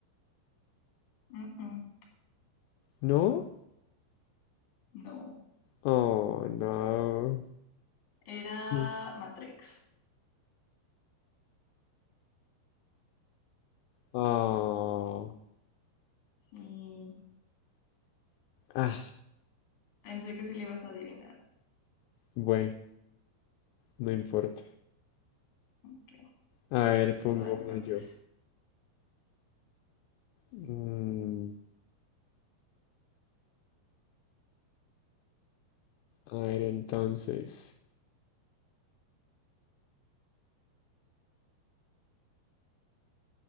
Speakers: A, on the left; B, on the left.
A: Mm, mm,
B: ¿no?
A: No.
B: Oh, no.
A: Era
B: Sí.
A: Matrix.
B: Oh.
A: Sí.
B: Ah,
A: Pensé que sí le ibas a adivinar.
B: bueno, no importa.
A: Ok.
B: A ver, pongo
A: Te va entonces.
B: una yo. Mm, a ver, entonces.